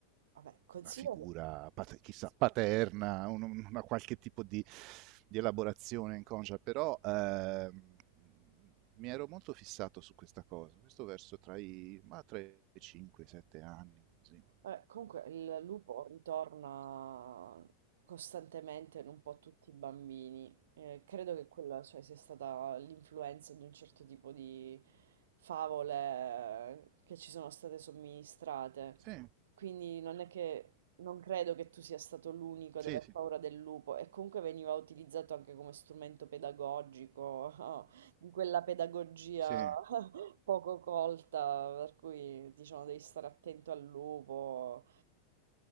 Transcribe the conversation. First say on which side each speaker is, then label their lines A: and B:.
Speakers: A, on the right; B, on the right.
A: Vabbè, considero
B: una figura pat- chissà paterna, un, un- una qualche tipo di, di elaborazione inconscia, però ehm, mi ero molto fissato su questa cosa, questo verso tra i, ma tra i 5 e i 7 anni, così.
A: Eh, comunque il lupo ritorna costantemente in un po' tutti i bambini. Eh, credo che quella, cioè, sia stata l'influenza di un certo tipo di favole che ci sono state somministrate.
B: Sì,
A: Quindi non è che non credo che tu sia stato l'unico
B: sì,
A: ad aver
B: sì,
A: paura del lupo e comunque veniva utilizzato anche come strumento pedagogico, <laughs> di quella pedagogia
B: sì,
A: <laughs> poco colta, per cui diciamo devi stare attento al lupo.